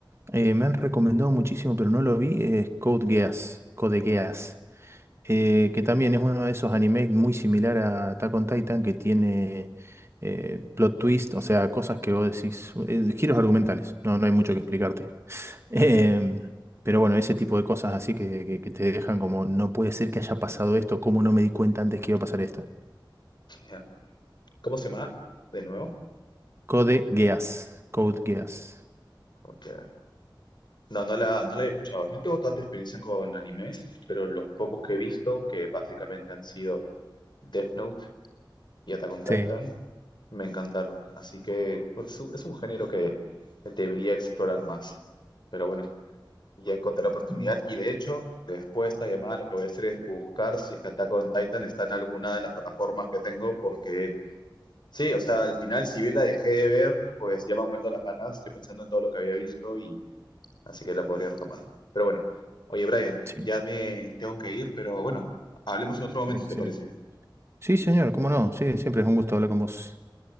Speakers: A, on the right; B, on the left.
A: Eh, me han recomendado muchísimo, pero no lo vi, es Code Geass, Code Geass, eh, que también es uno de esos animes muy similar a Attack on Titan, que tiene eh, plot twist, o sea, cosas que vos decís, eh, giros argumentales, no, no hay mucho que explicarte. <laughs> Em, pero bueno, ese tipo de cosas así que, que- que te dejan como, no puede ser que haya pasado esto, ¿cómo no me di cuenta antes que iba a pasar esto?
B: Ya. ¿Cómo se llama? De nuevo.
A: Code Geass, Code Geass.
B: Ok. No, no la, no la he escuchado. No tengo tanta experiencia con animes, pero los pocos que he visto, que básicamente han sido Death Note y Attack on Titan,
A: Sí.
B: me encantaron. Así que por su- es un género que debería explorar más. Pero bueno, ya encontré la oportunidad.
A: Mm,
B: Y de hecho, después de esta llamada, lo que voy a hacer es buscar si es que Attack on Titan está en alguna de las plataformas que tengo, porque sí, o sea, al final, si bien la dejé de ver, pues ya me han vuelto las ganas. Estoy pensando en todo lo que había visto así que la podría retomar. Pero bueno, oye, Brian,
A: Sí,
B: ya me tengo que ir, pero bueno, hablemos en otro momento
A: excelente.
B: si te parece.
A: Sí, señor, cómo no, sí, siempre es un gusto hablar con vos.